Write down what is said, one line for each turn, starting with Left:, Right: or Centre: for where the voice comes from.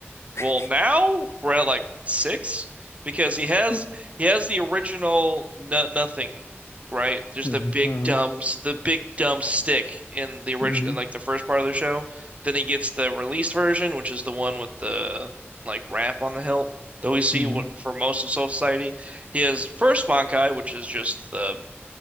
Right: Well,
Left: <laughs>
Right: now we're at like six because he has
Left: hmm
Right: he has the original no, nothing, right? There's
Left: hmm
Right: the big dumb s- the big dumb stick in the original
Left: hmm
Right: in like the first part of the show. Then he gets the released version, which is the one with the like wrap on the hilt that we see
Left: hmm
Right: wh- for most of Soul Society. He has first Bankai, which is just the